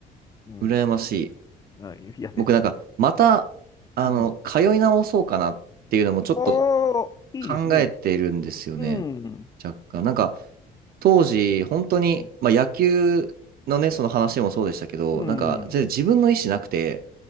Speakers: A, on the left (about 20°); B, on the right (about 60°).
A: うん。
B: 羨ましい。
A: いあ <laughs> いや、で
B: 僕なんか、また、あの、
A: うん。
B: 通い直そうかなっていうのもちょっと
A: おー、いいですね。
B: 考えているんですよね。
A: うん。
B: 若干。なんか、当時、本当に、
A: うん。
B: まあ、野球のね、その話もそうでしたけど、
A: うん。
B: なんか、全然自分の意思なくて、